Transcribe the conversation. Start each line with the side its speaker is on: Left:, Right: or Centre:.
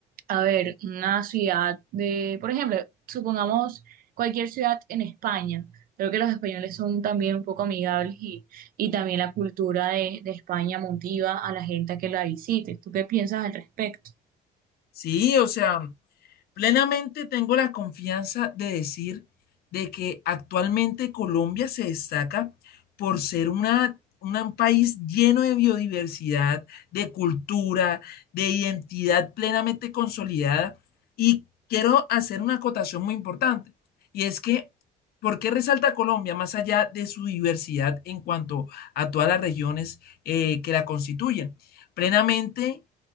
Right: a ver, una ciudad de, por ejemplo, supongamos cualquier ciudad en España. Creo que los españoles son también un poco amigables y, y también la cultura de, de España motiva a la gente a que la visite. ¿Tú qué piensas al respecto?
Left: Sí, o sea, Plenamente tengo la confianza de decir de que actualmente Colombia se destaca por ser una, una- un país lleno de biodiversidad, de cultura, de identidad plenamente consolidada. Y quiero hacer una acotación muy importante, y es que, ¿por qué resalta Colombia más allá de su diversidad en cuanto a todas las regiones eh, que la constituyen? Plenamente